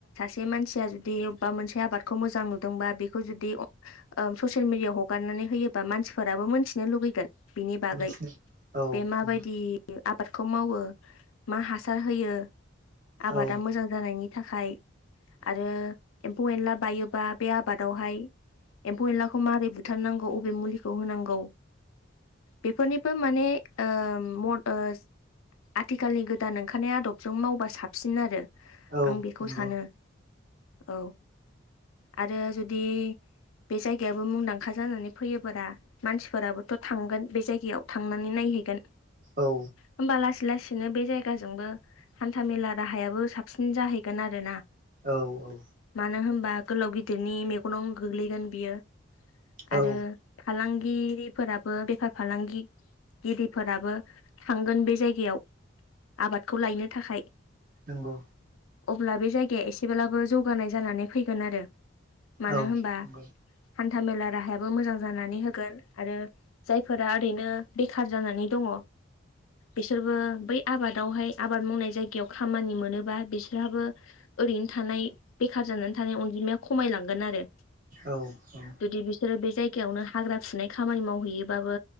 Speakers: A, on the left (about 90°); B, on the right (about 40°).
A: जे मानसिया जुदि अबेबा मोनसे आबादखौ मोजां नुदोंबा बेखौ जुदि अ ओ ससियेल मिडियाआव हगारनानै होयो बा मानसिफोराबो मोनथिनो लुगैगोन बिनि बागै
B: मिथिनो औ
A: बे माबायदि
B: नंगौ
A: आब खौ मावो मा हासार होयो आबादा
B: औ
A: मोजां जानायनि थाखाय आरो एम्फौ एनला बायोबा बे आबादावहाय एम्फौ एनलाखौ मारै बुथारनांगौ अबे मुलिखौ होनांगौ बेफोरनिबो माने ओम मद ओ आथिखालनि गोदान ओंखारनाय आदबजों मावबा साबसिन आरो आं
B: औ
A: बेखौ
B: नंगौ
A: सानो औ आरो जुदि बे जायगायाबो मुंदांखा जानानै फैयोबारा मानसिफोराबोथ थांगोन बे जायगायाव थांनानै नायहैगोन
B: औ
A: होमबा लासै लासैनो बे जायगाजोंबो हान्था मेला राहायाबो साबसिन जाहैगोन आरोना
B: औ औ
A: नो होमबा गोलाव‌ गिदिरनि मेगनाव‌ गोग्लैगोन बियो आरो
B: औ
A: फालां गिरिफोराबो बेफार फालांगि गिदिरफोराबो थांगोन बे जायगायाव आबादखौ लायनो थाखाय
B: नोंगौ
A: अब्ला बे जायगाया एसेब्लाबो जौगानाय जानानै फैगोन आरो मानो
B: औ
A: होनबा
B: नोंगौ
A: हान्था मेला राहाया बो मोजां जानानै होगोन आरो जायफोरा ओरैनो बेखार जानानै दङ बिसोरबो बै आबादावहाय आबाद मावनाय जायगायाव खामानि मोनोबा बिसोरहाबो ओरैनो थानाय बेखार जानानै थानाय अनजिमाया खमायलांगोन आरो
B: औ औ
A: जुदि बिसोरो बे जायगायावनो हाग्रा फुनाय खामानि मावहैयोबाबो